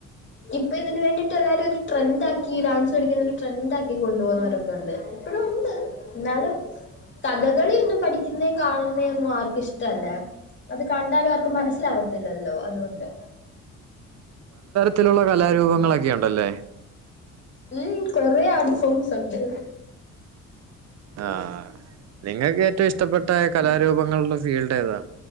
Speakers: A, on the left (about 40°); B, on the right (about 60°).
A: ഇപ്പൊ ഇതിനന് വേണ്ടിയിട്ട് എല്ലാരരും ഒരു ട്രെൻഡ ആക്കി ഡാൻസ് പഠിക്കുന്നൊ ഒരു ട്രെൻഡാക്കി കൊണ്ടുപോകുന്നവരൊക്കെ ഉണ്ട് എപ്പോഴും
B: <inaudible>
A: ഉണ്ട് എന്നാലും കഥകളി ഒന്നും പഠിക്കുന്നേ കാണുന്ന ഒന്നും ആർക്കും ഇഷ്ടല്ലേ അത് കണ്ടാലും അവർക്ക് മനസ്സിലാവത്തില്ലല്ലോ അതുകൊണ്ട്
B: ത്തിലുള്ള കലാരൂപങ്ങളൊക്കെ ഉണ്ടല്ലേ
A: ഉം കൊറെ ആട്ഫോംസ്ുണ്ട്
B: ആഹ് നിങ്ങൾക്ക് ഏറ്റവും ഇഷ്ടപ്പെട്ട കലാരൂപങ്ങളുടെ ഫീൽഡ് ഏതാ